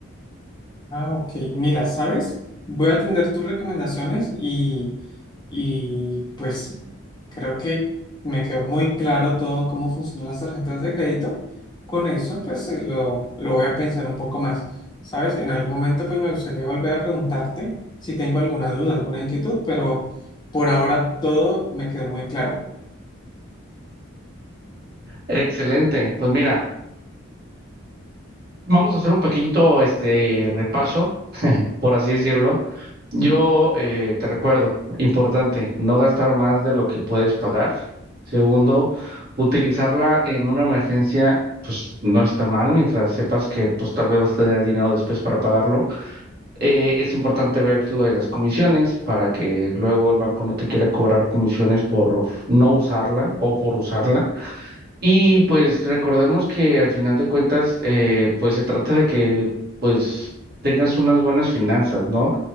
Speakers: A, on the left (about 20°); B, on the right (about 50°).
A: Ah, ok. Mira, ¿sabes? Voy a atender tus recomendaciones y, y pues creo que me quedó muy claro todo cómo funcionan las tarjetas de crédito. Con eso, pues eh, lo, lo voy a pensar un poco más. ¿Sabes? En algún momento, pues me gustaría volver a preguntarte si tengo alguna duda, alguna inquietud, pero por ahora todo me quedó muy claro.
B: Excelente, pues mira, vamos a hacer un pequeñito este repaso por así decirlo. Yo eh, te recuerdo, importante, no gastar más de lo que puedes pagar. Segundo, utilizarla en una emergencia, pues no está mal, mientras sepas que pues tal vez vas a tener el dinero después para pagarlo. Eh, es importante ver lo de las comisiones para que luego el banco no te quiera cobrar comisiones por no usarla o por usarla. Y pues recordemos que al final de cuentas, eh, pues se trata de que pues tengas unas buenas finanzas, ¿no?